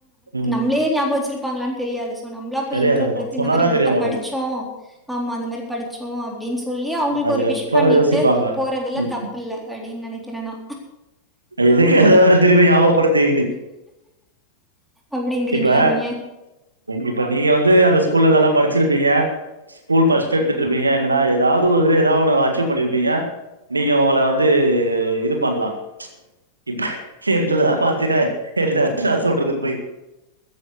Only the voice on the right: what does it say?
ம்
தெரியாதம்மா
சொன்னாதா
தெரியு உங்களுக்கு
அதுக்கப்புறோ
யோசிப்பாங்க
ம்
எதுக்கு அத வேற திருப்பி யாபகபடுத்தீட்டு
இப்ப
இப்ப நீங்க வந்து ஸ்கூல்ல நல்லா படிச்சிருப்பீங்க ஸ்கூல் ஃபஷ்ட் எடுத்திட்டுருப்பீங்க இல்லனா ஏதாவது ஒருதுல ஏதாவது ஒண்ணு அச்சீவ் பண்ணிருப்பிங்க நீங்க உங்கள வந்து இது பண்ணலா இப்ப என்ந்துல பாத்தித என்ன நா சொல்றது பொய்